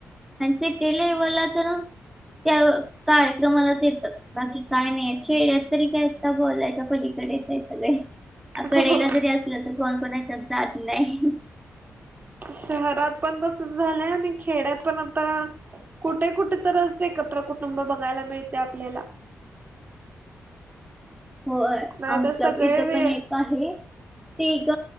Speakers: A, in the centre; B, on the right.
A: आणि ते तेवला त्या कार्यक्रमालाच येतात बाकी काय नाही खेळ तरी काय बोलायच्या पलीकडेच आहे सगळे
B: हो
A: कडेला जरी असलं तर कोण कोणा जात नाही.
B: शहरात पण तसच झालं आणि खेड्यात पण आता कुठे कुठे तरच एकत्र कुटुंब बघायला मिळते आपल्याला
A: हो
B: नाही
A: आमच
B: तर सगळे
A: इथं
B: वे
A: पण एक आहे. तेग